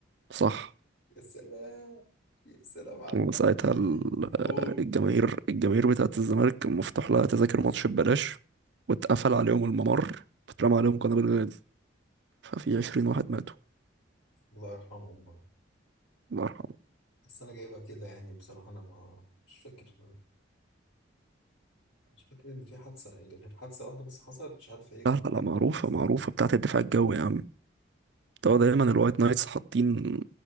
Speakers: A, on the right; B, on the left.
A: صح
B: يا سلام يا سلام على
A: وساعتها
B: <laughs> الهبل اللي
A: ال-
B: بيجي في الجول
A: آه، الجماهير الجماهير بتاعت الزمالك مفتوح لها تذاكر ماتش ببلاش واتقفل عليهم الممر واترمى عليهم قنابل غاز ففي عشرين واحد ماتوا
B: الله يرحمه والله
A: الله يرحمه
B: بس انا جايبها كده يعني بصراحه انا ما مش فاكر مش فاكر ان في حادثه غير حادثه واحده بس حصلت مش عارف هي كان
A: لا لا لا
B: كام
A: معروفة
B: واحد اصلا
A: معروفة
B: اللي كان
A: بتاعت الدفاع الجوي يا عم طبعا دايما الوايت نايتس حاطين